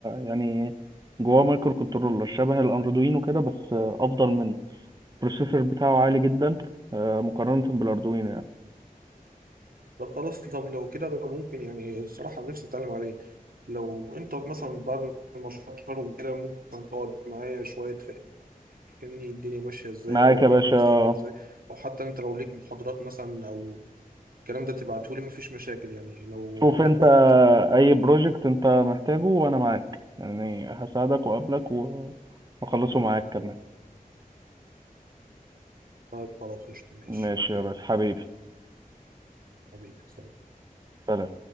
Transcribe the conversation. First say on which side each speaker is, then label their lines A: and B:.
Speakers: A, on the right; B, on the right.
A: يعني جواه مايكرو كنترولر شبه الاردوينو كده بس افضل منه البروسيسور بتاعه عالي جدا آه، مقارنة بالاردوينو يعني
B: طب خلاص طب لو كده ده ممكن يعني الصراحة نفسي أتعلم عليه لو أنت مثلا بعد المشروع التخرج وكده ممكن تقعد معايا شوية تفهمني الدنيا ماشية إزاي
A: معاك
B: أو
A: يا
B: أنا
A: باشا
B: ممكن أستخدمه إزاي أو حتى أنت لو ليك محاضرات مثلا أو الكلام ده تبعتهولي مفيش مشاكل يعني لو
A: شوف
B: عندك
A: انت
B: وقت
A: اي بروجكت انت محتاجه وانا معاك يعني هساعدك واقابلك و- واخلصه معاك كمان
B: طيب خلاص قشطة ماشي
A: ماشي يا
B: أوكي
A: ريس حبيبي
B: حبيبي سلام.
A: سلام